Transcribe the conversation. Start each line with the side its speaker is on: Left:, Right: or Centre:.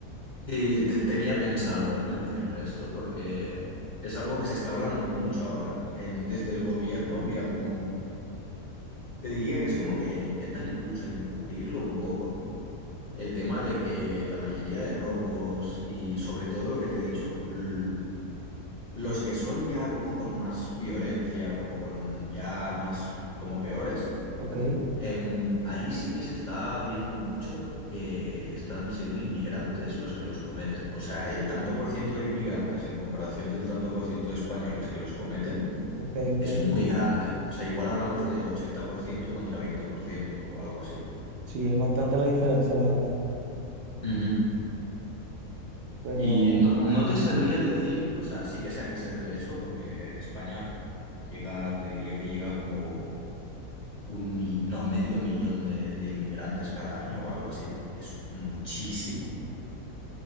Left: Sí, te- tenía pensado, eh, mencionar esto porque es algo que se está hablando mucho ahora, em, desde el gobierno. Mira, como te diría que es como que intentan incluso encubrirlo un poco, el tema de que la mayoría de robos y sobre todo lo que te he dicho, l- los que son ya como con más violencia, como con ya más, como peores.
Right: Ok,
Left: Em, ahí sí que se está viendo mucho que están siendo inmigrantes los que los cometen. O sea, el tanto por ciento de inmigrantes en comparación del tanto por ciento de españoles que los cometen
Right: ok, ok.
Left: es muy grande. O sea, igual hablamos de 80% contra 20% o algo así.
Right: Sí, es bastante la diferencia, la verdad.
Left: Ujú.
Right: Pero,
Left: Y no, no
Right: ajá,
Left: te sabría decir, o sea, sí que sé a qué se debe eso, porque en España llega, te diría que llega como un, mi- no, medio millón de, de inmigrantes cada año o algo así, que es muchísimo.